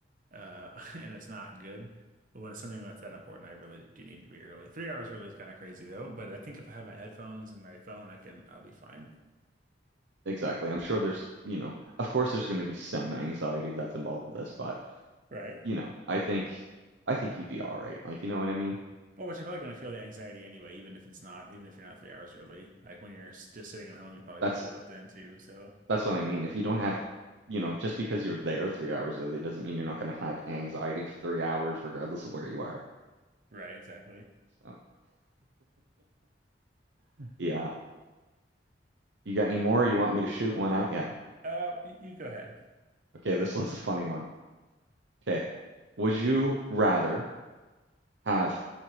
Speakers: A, on the right (about 50°); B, on the right (about 75°).
A: uh, <laughs> and it's not good. But when it's something that's that important, I really do need to be early. Three hours early is kind of crazy though, but I think if I have my headphones and my phone, I can I'll be fine.
B: Exactly. I'm sure there's, you know, of course there's going to be some anxiety that's involved with this, but
A: Right.
B: you know, I think I think you'd be all right. Like, you know what I mean?
A: Well, but you're probably gonna feel the anxiety anyway, even if it's not, even if you're not three hours early. Like when you're s- just sitting at home, you probably
B: That's
A: will feel it then too. So,
B: That's what I mean. If you don't have, you know, just because you're there three hours early doesn't mean you're not going to have anxiety for three hours, regardless of where you are.
A: right, exactly.
B: So, <laughs> yeah. You got any more? You want me to shoot one at you?
A: Uh, y- you go ahead.
B: Okay, this one's a funny one. Okay. Would you rather have